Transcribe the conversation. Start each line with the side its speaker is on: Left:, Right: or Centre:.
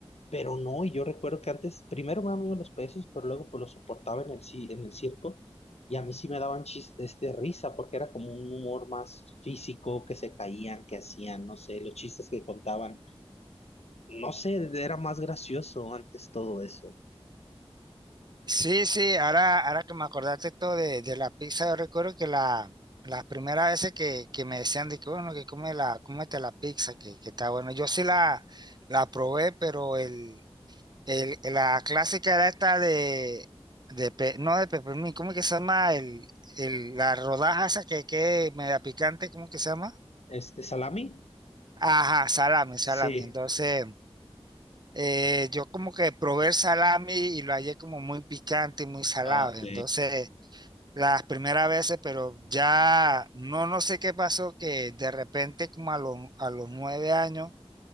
Left: pero no, y yo recuerdo que antes, primero me daban miedo los pesos, pero luego pues los soportaba en el, ci- en el circo, y a mí sí me daban chis este, risa, porque era como un humor más físico, que se caían, que hacían, no sé, los chistes que contaban, no sé, era más gracioso antes todo eso.
Right: Sí, sí, ahora, ahora que me acordaste esto de, de la pizza, yo recuerdo que la, las primeras veces que, que me decían de que bueno, que come la, cómete la pizza, que, que está bueno. Yo sí la, la probé, pero el, El- la clásica era esta de, de pe- no de peppermint, ¿cómo que se llama? El, el- la rodaja esa que que media picante, ¿cómo que se llama?
Left: Este, ¿salami?
Right: Ajá, salami, salami.
Left: Sí.
Right: Entonces, eh, yo como que probé el salami y lo hallé como muy picante y muy salado.
Left: Ok.
Right: Entonces, las primeras veces, pero ya no, no sé qué pasó, que de repente como a los, a los nueve años,